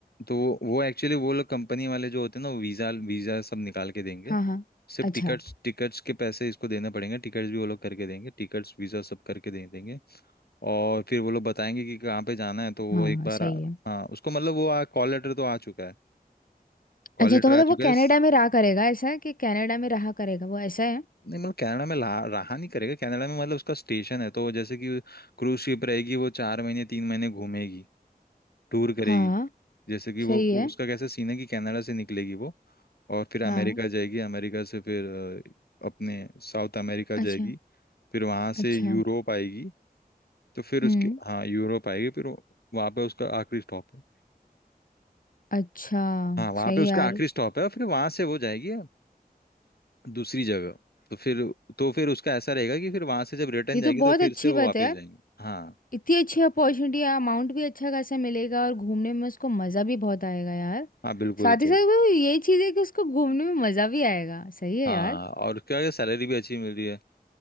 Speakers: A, on the left (about 80°); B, on the left (about 60°).
A: तो वो एक्चुअली वो लोग कंपनी वाले जो होते हैं ना वो वीजा वीजा सब निकाल के देंगे
B: हाँ हाँ
A: सिर्फ
B: अच्छा
A: टिकट्स टिकट्स के पैसे इसको देने पड़ेंगे टिकट्स भी वो लोग करके देंगे टिकट्स वीजा सब करके दे देंगे और फिर वो लोग बताएंगे कि कहाँ पे जाना है तो वो
B: हाँ
A: एक
B: हाँ
A: बार
B: सही
A: आ,
B: है
A: हाँ उसको मतलब वो आ, कॉल लेटर तो आ चुका है कॉल
B: अच्छा
A: लेटर
B: तो मतलब
A: आ
B: वो
A: चुका
B: कनाडा
A: है स-
B: में रहा करेगा ऐसा है कि कनाडा में रहा करेगा वो ऐसा है
A: नहीं मतलब कनाडा में ला, रहा नहीं करेगा कनाडा में मतलब उसका स्टेशन है तो जैसे कि क्रूज शिप रहेगी वो चार महीने तीन महीने घूमेगी टूर करेगी
B: हाँ
A: जैसे कि वो
B: सही
A: वो
B: है
A: उसका कैसा सीन है कि कनाडा से निकलेगी वो और फिर अमेरिका
B: हाँ
A: जाएगी अमेरिका से फिर अ, अपने साउथ अमेरिका
B: अच्छा
A: जाएगी फिर वहां से
B: अच्छा
A: यूरोप आएगी तो फिर उसके
B: हम्म
A: हाँ यूरोप आएगी फिर वहां पे उसका आखिरी स्टॉप है
B: अच्छा
A: हाँ वहां
B: सही
A: पे उसका
B: यार
A: आखिरी स्टॉप है और फिर वहां से वो जाएगी दूसरी जगह तो फिर तो फिर उसका ऐसा रहेगा कि फिर वहां से जब रिटर्न
B: ये
A: जाएगी
B: तो बहुत
A: तो
B: अच्छी
A: फिर से वो
B: बात
A: वापस
B: है यार
A: जाएंगे हाँ
B: इतनी अच्छी अपॉर्चुनिटी है अमाउंट भी अच्छा खासा मिलेगा और घूमने में उसको मज़ा भी बहुत आएगा यार
A: हाँ बिल्कुल
B: साथ
A: तो
B: ही साथ वो ये चीज़ है कि उसको घूमने में मज़ा भी आएगा सही है
A: हाँ
B: यार
A: और क्या सैलरी भी अच्छी मिल रही है